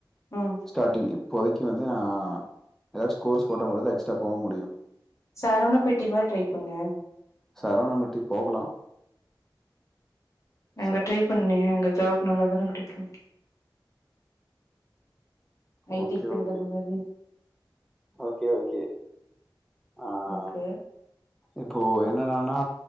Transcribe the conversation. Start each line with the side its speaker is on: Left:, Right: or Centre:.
Left: ம்
Centre: ஸ்டார்டிங் இ <inaudible> வந்து நான் ஏதாச்சும் கோர்ஸ் போட்ட மொதல்ல எக்ஸ்ட்ரா போ முடியும்
Left: சரவன பெட்டி மாதிரி ட்ரை பண்ணு
Centre: சரவணம்பட்டி போகலாம்
Left: அங்க
Centre: ச
Left: ட்ரை பண்ணேன் எங்க ஜாப் நல்லாதானே பிடிக்கும் ஐடி
Centre: ஓகே,
Left: ஃபீல்டு
Centre: ஓகே.
Left: அந்த மாரி
Centre: ஓகே ஓகே ஆஹ
Left: ஓகே
Centre: இப்போ என்னத ஆனா